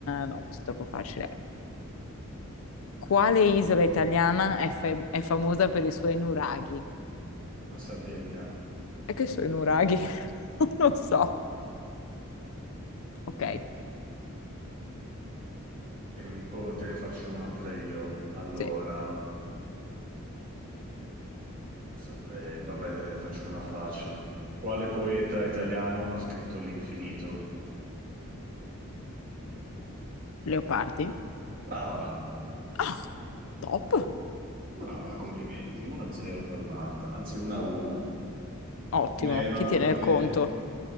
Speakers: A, on the left; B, on the right.
A: no, questo è troppo facile. Quale isola italiana è, fa- è famosa per i suoi nuraghi?
B: La Sardegna,
A: È che sono i nuraghi, <laughs> non lo so. Ok,
B: te ne dico, te ne faccio un'altra io. Allora,
A: sì.
B: non saprei, va bene, te ne faccio una facile. Quale poeta italiano ha scritto L'infinito?
A: Leopardi.
B: Brava,
A: Ah, top.
B: brava, complimenti. 1-0 per Marta, anzi 1-1.
A: Ottimo.
B: Me- Un'altra
A: Chi tiene
B: per
A: il
B: me?
A: conto?